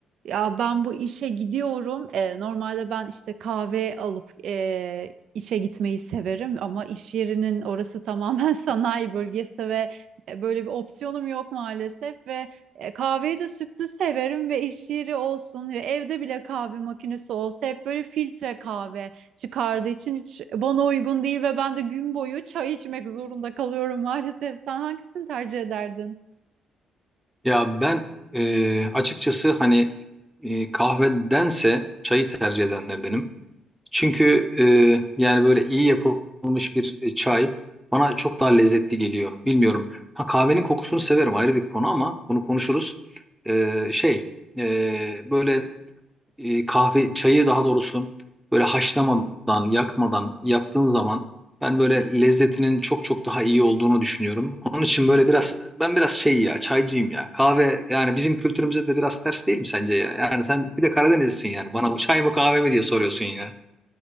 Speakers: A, on the right; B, in the centre.
A: Ya ben bu işe gidiyorum. Eee, normalde ben işte kahve alıp eee, işe gitmeyi severim ama iş yerinin orası tamamen <laughs> sanayi bölgesi ve e, böyle bir opsiyonum yok maalesef ve e, kahveyi de sütlü severim ve iş yeri olsun ve evde bile kahve makinesi olsa hep böyle filtre kahve çıkardığı için hiç bana uygun değil ve ben de gün boyu çay içmek zorunda kalıyorum maalesef. Sen hangisini tercih ederdin?
B: Ya ben e, açıkçası hani e, kahvedense çayı tercih edenlerdenim. Çünkü e, yani böyle iyi yapılmış bir e, çay bana çok daha lezzetli geliyor. Bilmiyorum. Ha kahvenin kokusunu severim ayrı bir konu ama bunu konuşuruz. E, şey e, böyle e, kahve çayı daha doğrusu böyle haşlamadan yakmadan yaptığın zaman ben böyle lezzetinin çok çok daha iyi olduğunu düşünüyorum. Onun için böyle biraz ben biraz şey ya çaycıyım ya. Kahve yani bizim kültürümüze de biraz ters değil mi sence ya? Yani sen bir de Karadenizlisin yani. Bana bu çay mı kahve mi diye soruyorsun ya.